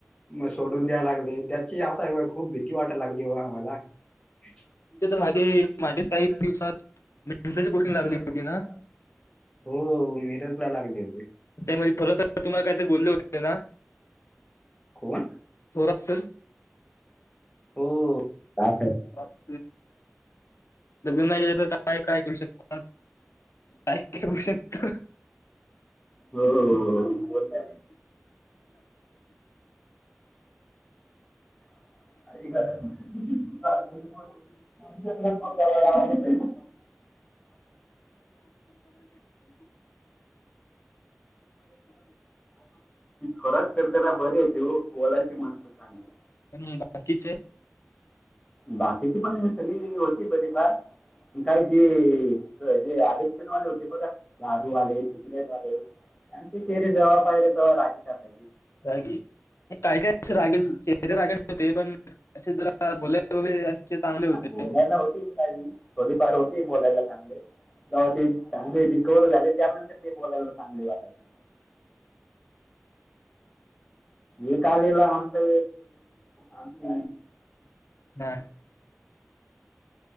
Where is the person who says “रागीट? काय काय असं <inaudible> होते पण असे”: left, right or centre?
Left